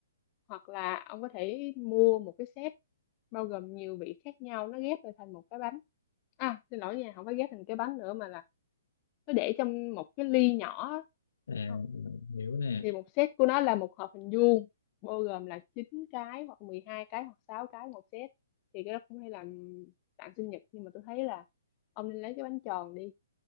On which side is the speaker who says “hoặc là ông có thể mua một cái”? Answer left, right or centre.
Left